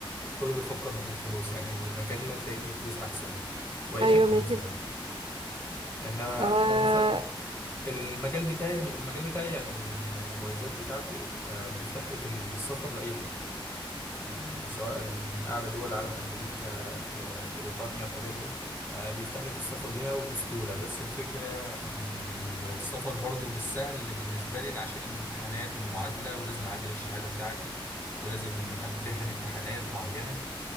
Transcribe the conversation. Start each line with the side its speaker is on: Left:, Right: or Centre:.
Left: كله بيفكر في الفلوس يعني المكان اللي هتلاقي فيه فلوس احسن وعيشه
Right: ايوه
Left: مم. كويسه
Right: ماشي
Left: انما
Right: آه
Left: انا مثلا المجال بتاعي يعني المجال بتاعي يعني من المميزات بتاعته آه، بيفتح لك السفر لاي حته يعني سواء من اعلى دول العالم امريكا الح- آه، بريطانيا الحاجات دي آه، بيفتح لك السفر ليها وبسهوله بس الفكره ان السفر برضو مش سهل بالنسبه لي عشان الامتحانات والمعادله ولازم اعادل الشهاده بتاعتي ولازم امتحن امتحانات معينه